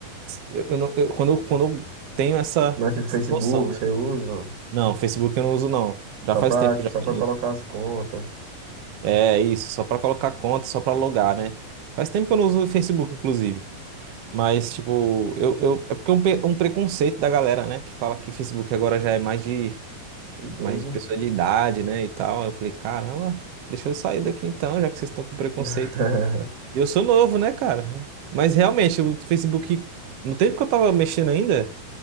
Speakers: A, on the right; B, on the right.
A: Eu, eu não, eu- quando, eu- quando eu tenho essa
B: Mas, tipo, Facebook,
A: noção, né?
B: você usa? não?
A: Não, Facebook eu não uso, não. Já
B: Só
A: faz
B: pra,
A: tempo já
B: só
A: que
B: pra
A: eu não
B: colocar
A: uso.
B: as contas.
A: É isso, só pra colocar conta, só pra logar, né? Faz tempo que eu não uso o Facebook, inclusive. Mas, tipo, eu, eu, é porque é um, pe- um preconceito da galera, né? Que fala que Facebook agora já é mais de,
B: Idoso.
A: mais de pessoa de idade, né? E tal. Eu falei, caramba, deixa eu sair daqui então, já que vocês estão com preconceito.
B: <laughs>
A: E eu sou novo, né, cara? Mas realmente, o Facebook, no tempo que eu tava mexendo ainda,